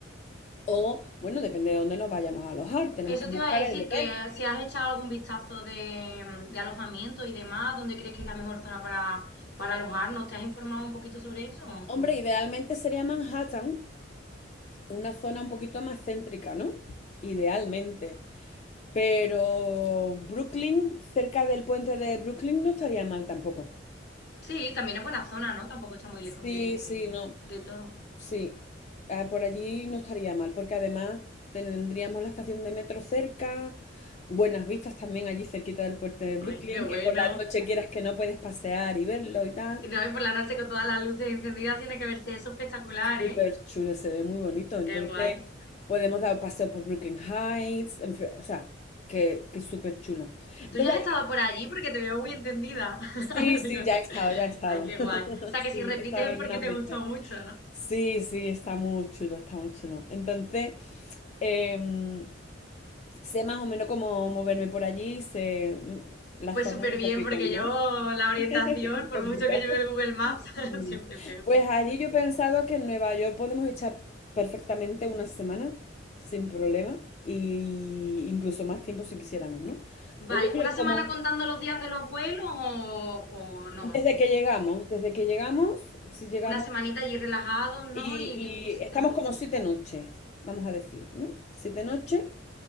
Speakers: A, on the left; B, on the left.
A: o, bueno, depende de dónde nos vayamos a alojar, tenemos
B: Eso
A: que buscar
B: te iba a decir,
A: el hotel.
B: que eh, si has echado algún vistazo de, mm, de alojamiento y demás, ¿dónde crees que es la mejor zona para, para alojarnos? ¿Te has informado un poquito sobre eso?
A: Hombre, idealmente sería Manhattan, una zona un poquito más céntrica, ¿no? Idealmente. Pero Brooklyn, cerca del puente de Brooklyn, no estaría mal tampoco.
B: Sí, también es buena zona, ¿no? Tampoco está muy
A: Sí,
B: lejos de,
A: sí, no.
B: de todo.
A: Sí, Ah, por allí no estaría mal, porque además tendríamos la estación de metro cerca, buenas vistas también allí cerquita del puente de Brooklyn,
B: ¡Ay, qué bueno!
A: que por la noche quieras que no puedes pasear y verlo y tal.
B: Y No, y por la noche con todas las luces encendidas tiene que verse eso espectacular,
A: Súper
B: ¿eh?
A: chulo, se ve muy bonito. Entonces,
B: ¡Qué guay!
A: podemos dar paseo por Brooklyn Heights, en fin, o sea, que, que es súper chulo. Entonces,
B: ¿Tú ya has
A: ahí-
B: estado por allí? Porque te veo muy encendida. <laughs>
A: sí, sí,
B: Digo,
A: ya he estado, ya he estado.
B: ¡ay, qué
A: <laughs>
B: guay! O sea,
A: Sí,
B: que si repites
A: he estado algunas
B: es porque te
A: veces.
B: gustó mucho, ¿no?
A: Sí, sí, está muy chulo, está muy chulo. Entonces, em, sé más o menos cómo moverme por allí, sé mm, las
B: Pues
A: zonas
B: súper
A: un
B: bien,
A: poquito,
B: porque
A: ¿no?
B: yo la orientación,
A: <laughs> Un
B: por
A: poquito.
B: mucho que lleve el Google Maps, <laughs>
A: Mm.
B: siempre peor.
A: Pues allí yo he pensado que en Nueva York podemos echar perfectamente una semana sin problema y incluso más tiempo si quisiéramos, ¿no? Pero
B: Vale,
A: yo creo
B: ¿una
A: como
B: semana contando los días de los vuelos o, o no?
A: desde que llegamos, desde que llegamos, si llegamos
B: Una semanita allí relajado, ¿no?
A: y,
B: Y viendo cositas.
A: y estamos como siete noches, vamos a decir, ¿no? Siete noches